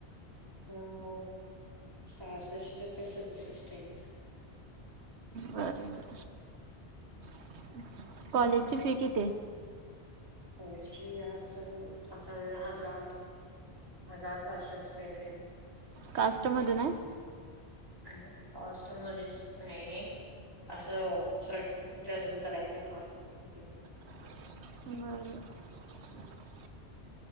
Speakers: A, on the right; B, on the right.
A: हो सहासष्ट काय सदुसष्टक.
B: बर बर <unintelligible> कॉलेजची फी किती.
A: कॉलेज्री हल हजार. हजार पाचशे असं काहीगैरे.
B: कास्टमध नाही.
A: आणि पास्मजसय. असं सर्टिफिकेट अजून करायचं आहे का सर्टिेट.
B: <unintelligible>